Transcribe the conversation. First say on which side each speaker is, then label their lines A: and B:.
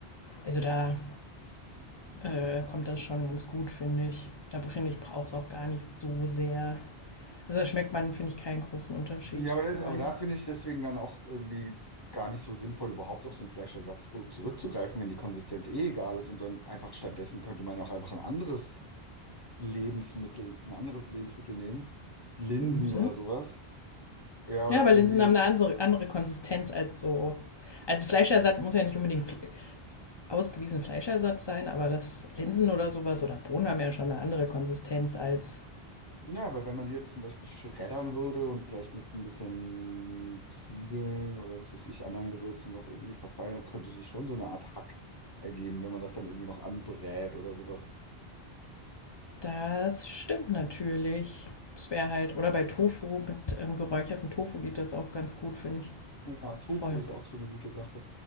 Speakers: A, on the left; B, on the left.
A: also da äh, kommt das schon ganz gut, finde ich. Da finde ich, brauche es auch gar nicht so sehr also da schmeckt man, finde ich, keinen großen Unterschied,
B: Ja, aber, das,
A: wenn
B: aber
A: man
B: da finde ich deswegen dann auch irgendwie gar nicht so sinnvoll, überhaupt auf so ein Fleischersatzprodukt zurückzugreifen, wenn die Konsistenz eh egal ist und dann einfach stattdessen könnte man ja auch einfach ein anderes Lebensmittel, ein anderes Lebensmittel nehmen. Linsen
A: Gemüse.
B: oder sowas. Ja, oder
A: Ja, aber Linsen
B: irgendwie,
A: haben eine andere, andere Konsistenz als so. Also Fleischersatz muss ja nicht unbedingt fle ausgewiesen Fleischersatz sein, aber das Linsen oder sowas oder Bohnen haben ja schon eine andere Konsistenz als
B: ja, weil wenn man die jetzt zum Beispiel schreddern würde und vielleicht mit ein bisschen Zwiebeln oder was weiß ich, anderen Gewürzen noch irgendwie verfeinert, könnte sich schon so eine Art Hack ergeben, wenn man das dann irgendwie noch anbrät oder sowas.
A: das stimmt natürlich. Das wäre halt, oder bei Tofu, mit ähm, geräuchertem Tofu geht das auch ganz gut, finde ich.
B: Ja, Tofu
A: Voll.
B: ist auch so eine gute Sache.